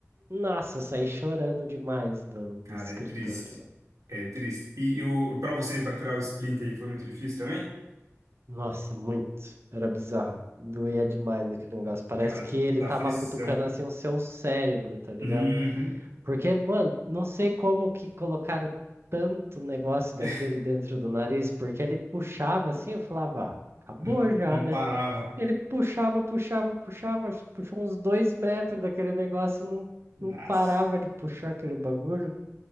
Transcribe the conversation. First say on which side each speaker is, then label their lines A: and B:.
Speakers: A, on the right; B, on the right.
A: Nossa, eu saí chorando demais do, do
B: Cara,
A: escritório.
B: é triste. É triste. E, e o, pra você, para tirar o splint aí, foi muito difícil também?
A: Nossa, muito. Era bizarro. Doía demais aquele negócio. Parece
B: Cara,
A: que ele
B: da
A: tava
B: aflição.
A: cutucando assim o seu cérebro, tá ligado?
B: Uhum.
A: Porque, mano, não sei como que colocaram tanto negócio daquele
B: <laughs>
A: dentro do nariz, porque ele puxava assim, eu falava, ah, acabou
B: Não,
A: já,
B: não
A: né?
B: parava.
A: Ele puxava, puxava, puxava, acho que puxou uns dois metros daquele negócio, e não,
B: Nossa.
A: não parava de puxar aquele bagulho.